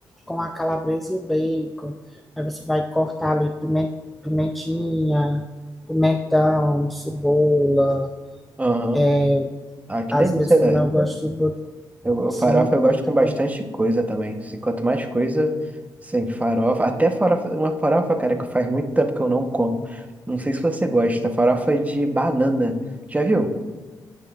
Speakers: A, in the centre; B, on the right.
A: com a calabresa e o bacon. Aí você vai cortar ali pimen- pimentinha, pimentão, cebola.
B: Aham.
A: É,
B: Ah, que
A: às
B: delícia,
A: vezes também
B: né?
A: eu gosto de... bot-
B: Eu, eu-
A: Sim,
B: farofa eu
A: muito
B: gosto com bastante
A: bom.
B: coisa também. Se, quanto mais coisa, assim, farofa. Até farofa, uma farofa, cara, que faz muito tempo que eu não como. Não sei se você gosta. Farofa de banana. Já viu?